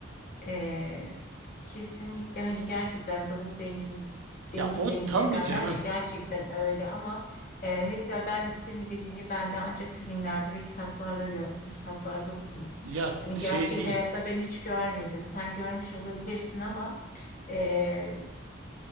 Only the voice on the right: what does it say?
Ya o
tabii
canım.
Ya
şey
değil.